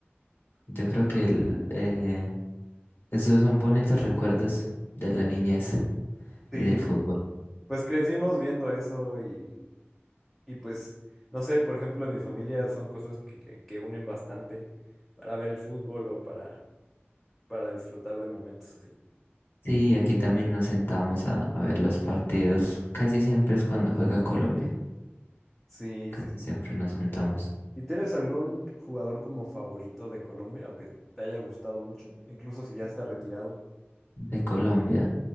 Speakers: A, on the left; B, in the centre.
A: Yo creo que el, eh, esos son bonitos recuerdos de la niñez
B: Sí,
A: y del fútbol.
B: pues crecimos viendo eso y, y pues, no sé, por ejemplo, en mi familia son cosas que, que- que unen bastante para ver el fútbol o para, para disfrutar de momentos así.
A: Sí, aquí también nos sentamos a, a ver los partidos. Casi siempre es cuando juega Colombia.
B: Sí,
A: Casi
B: sí, sí.
A: siempre nos juntamos
B: ¿Y tienes algún jugador como favorito de Colombia o que te haya gustado mucho? Incluso si ya está retirado.
A: de Colombia.